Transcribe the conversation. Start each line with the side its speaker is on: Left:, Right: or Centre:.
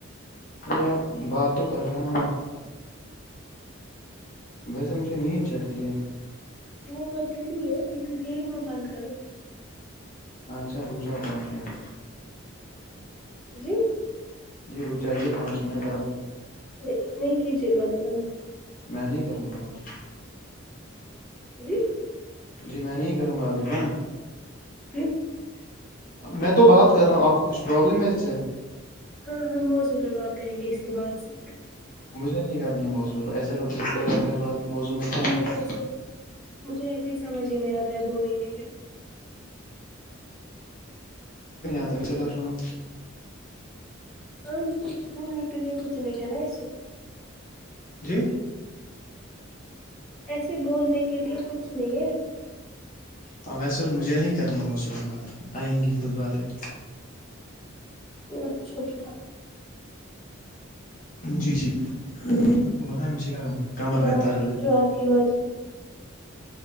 Left: ارے یار بات تو کر رہا ہوں ویسے مجھے نیند چڑتی ہے
Centre: وہ میں چری ہی ہے لیکن گیم اب بند کرو
Left: اچھا رک جاو پانچ منٹ
Centre: جی
Left: جی رک جائیے پانچ منٹ اب
Centre: نہیں نہیں کیجے بند ہمیں
Left: میں نہیں کروں گا بند
Centre: جی
Left: جی میں نہیں کروں گا ابھی بند
Centre: <unintelligible>
Left: میں تو بات کر رہا ہوں آپ کو کچھ پروابلم ہے اس سے
Centre: ہاں ہم واٹس اپ بات کریں گے اس کے بعد سے
Left: مجھے نہیں کرنی ہے موسم ایسے تو ٹھیک سے کر رہے بات موضوع میں کیا رکھا
Centre: مجھے
Left: ہے
Centre: ایسے مجھے ایسے ہی سمجھ ہی نہیں آتا ہے بولیں گے کیا
Left: نہیں آیا تھا میںس <unintelligible> سے کر رہا ہوں
Centre: ہاں لیکن بولنے کے لیے کچھ نہیں ہے نا ایسے
Left: جی
Centre: ایسے بولنے کے لیے کچھ نہیں ہے
Left: ہاں ویسے مجھے نہیں کرنی موصر بات آئیں گی خود باتیں
Centre: اچھا ٹھیک
Left: جی جی آپ کو بتائیا مجھے کیا کمر
Centre: جو
Left: میں
Centre: آپ
Left: درد
Centre: کی
Left: ہے
Centre: جو آپ کی مجتی